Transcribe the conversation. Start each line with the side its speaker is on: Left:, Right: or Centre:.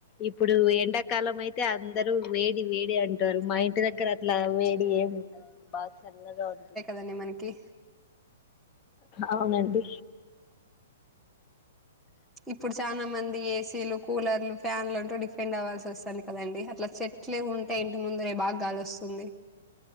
Left: ఇప్పుడూ ఎండాకాలం అయితే అందరూ వేడి వేడి అంట్. టారు మా ఇంటి దగ్గరా అట్లా వేడి ఏమి ఉండదండి బాగా చల్లగా ఉంటుంది.
Centre: దాన్ని మనకి
Left: అవునండి
Centre: ఇప్పుడు చానా మంది ఏసీలు, కూలర్లు, ఫ్యాన్లు అంటు డిఫెండ్ అవ్వాల్సి వస్తాంది కదండి అట్లా చెట్. ట్లే ఉంటే ఇంటి ముంద రే బాగా గాలి వస్తుంది.